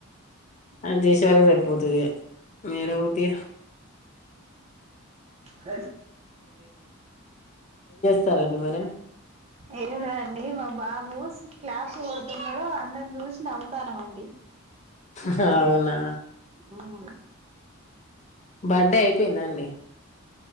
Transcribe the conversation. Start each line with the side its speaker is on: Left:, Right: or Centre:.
Left: అది చేసేవాళ్ళకే సరిపోతది ఇగ నేనేం పోత ఇగ
Right: స
Left: సరేలే మరి
Right: ఏమి లేదండి మా బాబు క్లాప్స్ కొడుతున్నాడు అందరం చూసి నవ్వుతన్నాం అండి
Left: హా అవునా
Right: ఉమ్
Left: బర్డే అయిపోయిందా అండి